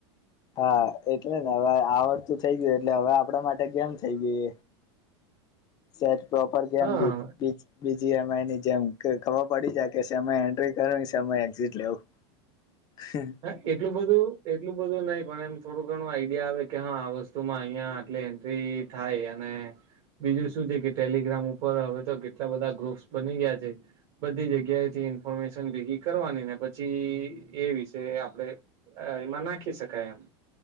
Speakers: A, on the left; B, on the right.
A: હા એટલે ને હવે આવડતું થઈ ગયું એટલે હવે આપણા માટે કેમ થઈ ગઈ. સેટ પ્રોપર કેમ
B: હા
A: બીજ બીજ બી. જી. એમ. આઈ. ની જેમ ખબર પડી જાય કે સમય એન્ટ્રી કર એક્ઝિટ લેવું. હે.
B: હા એટલું બધું એટલું બધું નહી પણ એમ થોડું ઘણું આઈડિયા આવે કે હા આ વસ્તુમાં અહિયાં આટલી એન્ટ્રી થાય અને, બીજું શું થી કે ટેલિગ્રામ ઉપર હવે તો કેટલા બધા ગ્રુપ્સ બની ગયા છે. બધી જગ્યાએ થી ઇન્ફોર્મેશન ભેગી કરવાની ને પછી એ વિશે જે આપણેે એમાં નાખી શકાય એમ.